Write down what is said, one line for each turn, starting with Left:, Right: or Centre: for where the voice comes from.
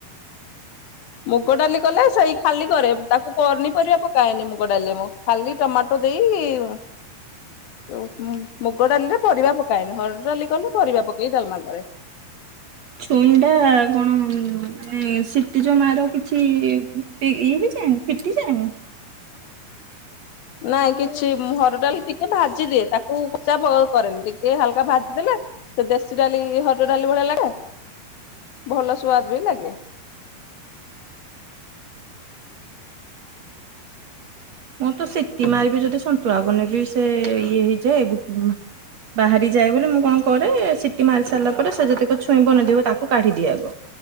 Left: ମୁଗ ଡାଲି କଲେ ସେଇ ଖାଲି କରେ ବାକୁ ପନିପରିବା ପକାଏନି ମୁଗ ଡ଼ାଲି ରେ ମୁଁ ଖାଲି ଟମାଟୋ ଦେଇ <inaudible> ଯୋଉ ଉଁ ମୁଗ ଡ଼ାଲି ରେ ପରିବା ପକାଏନି ହରଡ଼ ଡାଲି କଲେ ପରିବା ପକେଇ ଡାଲମା କରେ। <inaudible>
Right: ଛୁଇଁ ଟା କଣ ଉଁ ଏଁ ସିଟି ଯୋଉ ମାର କିଛି ଫି ଇଏ ହେଇଯାଏନି ଫିଟିଯାଏନି?
Left: ନାଇଁ କିଛି ମୁଁ ହରଡ଼ ଡ଼ାଲି ଟିକେ ଭାଜିଦିଏ ତାକୁ କଚା ପ କରେନି ଟିକେ ହାଲକା ଭାଜିଦେଲେ ସେ ଦେଶୀ ଡ଼ାଲି ହରଡ଼ ଡାଲି ଭଳିଆ ଲାଗେ, ଭଲ ସୁଆଦ ବି ଲାଗେ।
Right: ମୁଁ ତ ସିଟି ମାରିବି ଯଦି ସନ୍ତୁଳା ବନେଇବି ସେ ଇଏ ହେଇଯାଏ। ଗୁ ବାହାରି ଯାଏ ବୋଲି ମୁଁ କଣ କରେ ସିଟି ମାରି ସାରିଲା ପରେ ସେ ଯେତିକ ଛୁଇଁ ବନିଥିବ ତାକୁ କାଢ଼ି ଦିଏ ଆଗ।